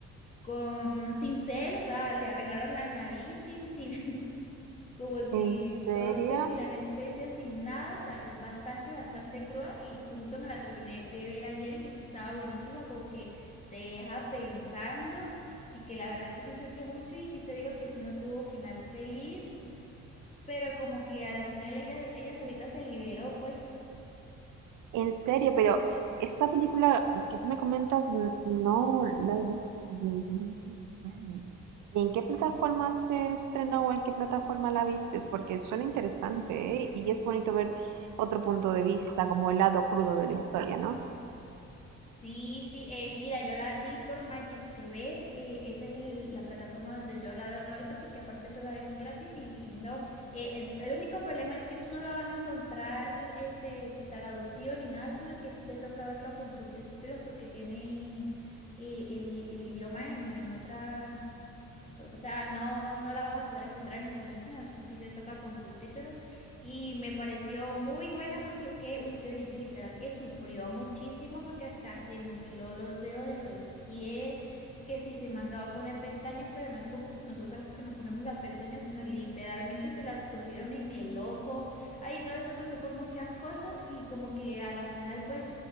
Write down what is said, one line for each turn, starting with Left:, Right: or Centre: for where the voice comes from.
Left: con un cincel, o sea, le arreglaron la nariz sin, sin como si,
Right: ¿En
Left: no
Right: serio?
Left: sé, sin anestesia, sin nada, o sea, es bastante, bastante cruda y, y justo me la terminé de ver ayer y sí estaba buenísima, como que te deja pensando y que la verdad que sí sufrió mucho y sí te digo que sí no tuvo final feliz, pero como que a la final ella, ella solita se liberó, pues.
Right: En serio, pero esta película que tú me comentas, n- no la he visto yo, solo he visto el tráiler. ¿Y ¿En qué plataforma se estrenó o en qué plataforma la vistes? Porque suena interesante, ¿eh? Y es bonito ver otro punto de vista, como el lado crudo de la historia, ¿no?
Left: Sí, sí, eh, mira, yo la vi por Magis TV, eh, esa es el- la plataforma donde yo la veo ahorita porque aparte tú la ves gratis y, y no, eh, el, el único problema es que tú no la vas a encontrar este, traducido ni nada, sino que sí te toca verlo con subtítulos porque tiene eh, el, i- el idioma en, en otra, o sea, no, no la vas a poder encontrar en español, sino sí, sí te toca con subtítulos. Y me pareció muy buena porque es que, uy, yo, yo literal que sufrió muchísimo porque hasta se mutiló los dedos de los pies, que sí se mandó a poner pestañas, pero no es como nosotras que nos ponemos las pestañas, sino literalmente se las cosieron en el ojo. Ay, no, eso pasó por muchas cosas y como que a la final, pues...